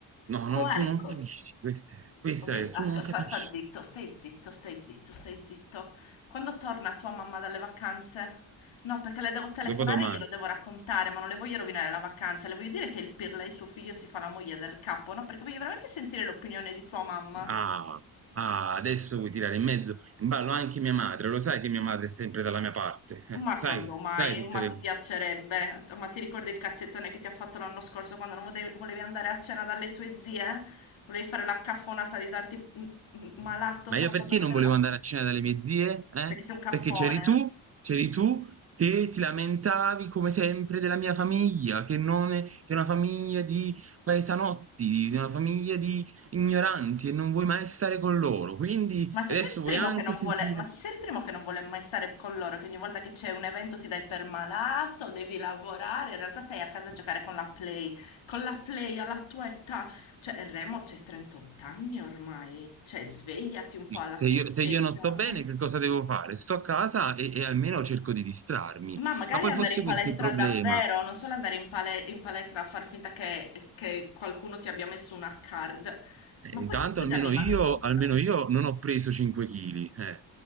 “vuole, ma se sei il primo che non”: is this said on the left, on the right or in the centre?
Left